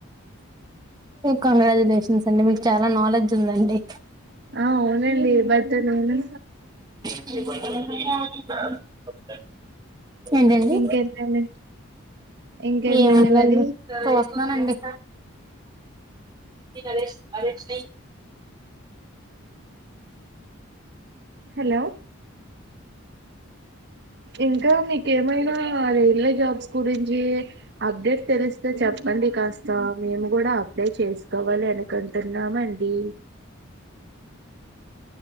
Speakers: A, on the right (about 20°); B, on the right (about 50°).
A: కంగ్రాక్టులేషన్స్ అండి మీకు చాల నాలెడ్జ్ ఉంది అండి
B: ఆ అవునండి బర్తనువును
A: అ ఏంటండి
B: ఇంకేంటండి ఇంకేంటండి
A: ఏముందండి
B: మరి
A: చూస్తున్నానండి క <unintelligible>
B: హలో ఇంకా మీకేమైనా రైల్వే జాబ్స్ గురించి అప్డేట్ తెలిస్తే చెప్పండి కాస్త మేము కూడా అప్లై చేస్ కావాలన అనుకుంటున్నామండి